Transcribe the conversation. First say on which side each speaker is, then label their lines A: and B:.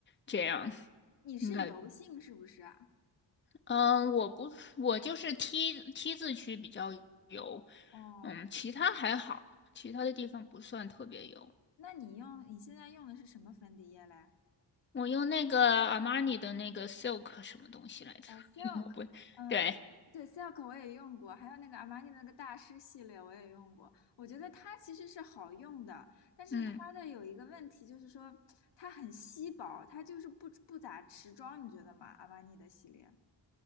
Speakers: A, on the left (about 25°); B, on the left (about 75°).
A: 这样。
B: 你是油性是不是啊？
A: 你感，嗯，我不，我就是 T T 字区比较油，
B: 哦，
A: 嗯，其他还好，其他的地方不算特别油。
B: 那你用你现在用的是什么粉底液嘞？
A: 我用那个阿玛尼的那个 Silk 什么东西来着？
B: 哦，Silk，
A: <laughs> 我不，
B: 嗯，
A: 对，
B: 对，Silk 我也用过，还有那个阿玛尼的那个大师系列我也用过。我觉得它其实是好用的，但是它的有一个问题就是说它很稀薄，
A: 嗯
B: 它就是不不咋持妆，你觉得吗？阿玛尼的系列。